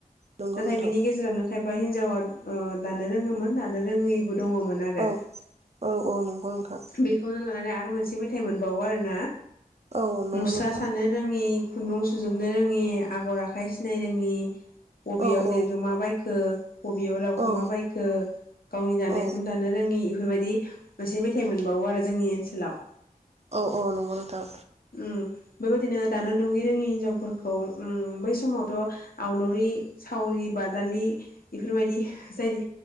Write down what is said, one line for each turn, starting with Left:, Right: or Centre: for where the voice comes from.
Right: नंगौ
Left: नाथाय
Right: नोंथां
Left: बिनि गेजेरावनो एबा हिनजावा ओ दानो रोंङोमोन दानो रोंङै बो दंङमोन आरो
Right: औ औ औ नंगौ नोंथां
Left: बेखौनो लानानै आर आ मोनसे मेथाइ मोनबावो आरोना।
Right: औ नंगौ
Left: मुस्रा
Right: नोंथां
Left: सानो रोंङि खुन्दुं सुजोबनो रोंङि आगर आखाइ सिनाय रोंङि बबेयाव
Right: औ औ
Left: देगोमा बाय खो बबेयाव लावखुमा
Right: औ
Left: बायखो गावनि दानायखौनो
Right: औ
Left: दानो रोंङि फोरबायदि मोनसे मेथाइ मोनबावो आरो जोंनि ओनसोलाव।
Right: औ औ नंगौ नोंथां।
Left: उम बेबायदिनो दानो लुयि रोङि हिनजावफोरखौ उम बै समावथ' आवलुरि सावरि बादालि <inaudible> बेफोरबायदि जायनि